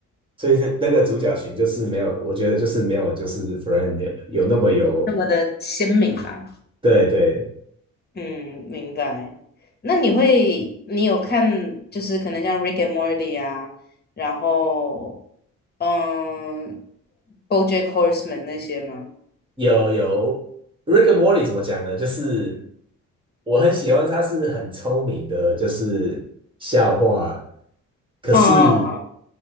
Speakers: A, on the right; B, on the left.
A: 所以他那个主角群就是没有，我觉得就是没有就是 Friend 有那么有，
B: 那么的鲜明啦。
A: 对对，
B: 嗯，明白。那你会，你有看就是可能像《Rick and Morty》啊，然后嗯，《BoJack Horseman》那些吗？
A: 有有，Rick and Morty 怎么讲呢？就是我很喜欢，他是很聪明的，就是笑话。可是
B: 嗯嗯